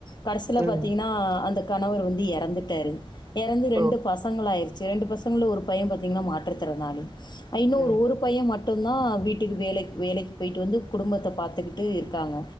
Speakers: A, on the left; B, on the right.
A: கடைசியில
B: ம்
A: பாத்தீங்கன்னா அந்த கணவர் வந்து எறந்துட்டாரு எறந்து
B: ப்ரோ
A: ரெண்டு பசங்களா ஆயிருச் செ இரண்டு பசங்கள ஒரு பைய பாத்தீங்கன்னா மாற்றுத்திறனாளி அ இன்னோரு
B: ம்
A: ஒரு பைய மட் மட்டுந்தா வீட்டுக்கு வேலைக் வேலைக்கு போய்ட்டுட்டு வந்து குடும்பத்த பாத்துக்கிட்டு இருக்காங்க